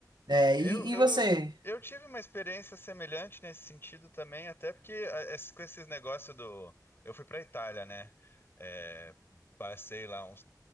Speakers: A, on the right; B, on the left.
A: É,
B: Eu,
A: e,
B: eu,
A: e você?
B: eu tive uma experiência semelhante nesse sentido também, até porque a- esse- com esses negócios do. Eu fui para Itália, né? É, passei lá uns